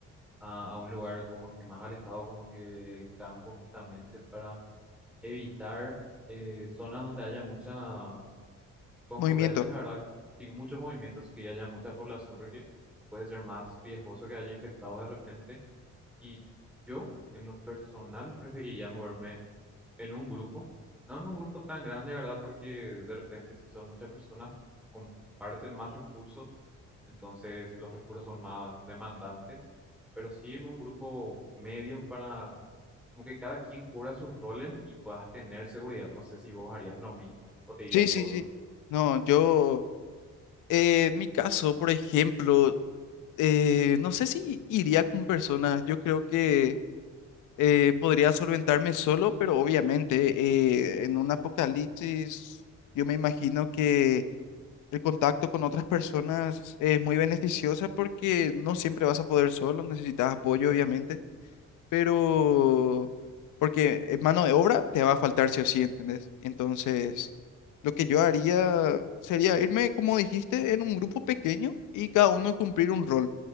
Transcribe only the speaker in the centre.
a, a un lugar como que más alejado, como que el campo justamente para evitar eh, zonas donde haya mucha concurrencia,
¿verdad? Sí, muchos movimientos, así que haya mucha población, porque puede ser más riesgoso que haya infectados de repente. Y yo, en lo personal, preferiría moverme en un grupo, no en un grupo tan grande, ¿verdad? Porque de repente si son muchas personas, comparten más recursos, entonces los recursos son más demandantes, pero sí en un grupo medio para como que cada quien cubra sus roles y puedas tener seguridad. No sé si vos harías lo mismo o te irías
solo.